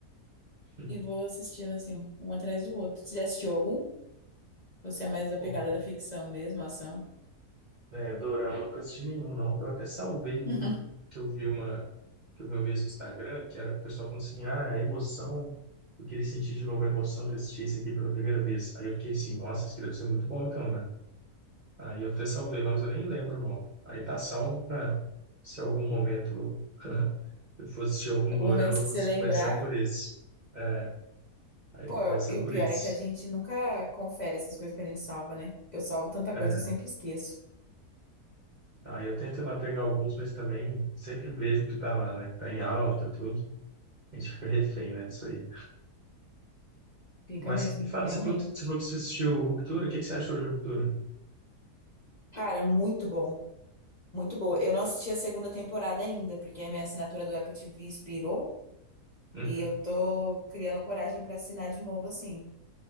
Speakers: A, on the right; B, on the left.
A: <laughs>
B: e vou assistindo, assim, um atrás do outro. Você já assistiu algum? Você é mais da pegada
A: Pô,
B: da ficção mesmo, ação?
A: é, Dorama, eu nunca assisti nenhum, não. Eu até salvei um
B: <laughs>
A: que eu vi uma que eu vi uma vez no Instagram, que era o pessoal falando assim, ah, a emoção, eu queria sentir de novo a emoção de assistir esse aqui pela primeira vez. Aí eu fiquei assim, nossa, isso aqui deve ser muito bom então, né? Aí eu até salvei lá, mas eu nem lembro o nome. Aí tá salvo para se algum momento <laughs> eu for assistir algum
B: Algum
A: dorama,
B: momento, se
A: eu vou
B: você lembrar.
A: começar por esse. É, aí
B: Pô,
A: eu vou começar
B: e o
A: por
B: pior
A: esse.
B: é que a gente nunca confere essas coisas que a gente salva, né? Eu salvo tanta coisa,
A: É,
B: eu sempre esqueço.
A: aí eu tento ir lá pegar alguns, mas também sempre vejo o que tá lá, né? Que tá em alta, tudo. A gente fica refém, né, disso aí.
B: Fica
A: Mas
B: mesmo,
A: e fala,
B: realmente.
A: você falou que você falou que você assistiu Ruptura, o que que você achou de Ruptura?
B: Cara, muito bom. Muito boa. Eu não assisti a segunda temporada ainda, porque a minha assinatura do Apple TV expirou
A: Uhum,
B: e eu tô criando coragem pra assinar de novo, assim.